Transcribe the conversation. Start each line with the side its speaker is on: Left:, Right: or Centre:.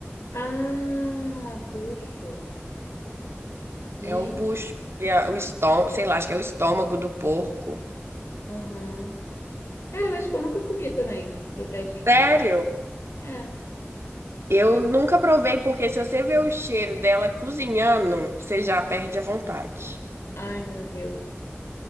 Left: Ah, puxo. Gente,
Right: É o bucho, é o estômago, sei lá, acho que é o estômago do porco.
Left: aham. Cara, eu acho que eu nunca comi também, dobradinho.
Right: Sério?
Left: É.
Right: Eu nunca provei, porque se você vê o cheiro dela cozinhando, você já perde a vontade.
Left: Ai, meu Deus.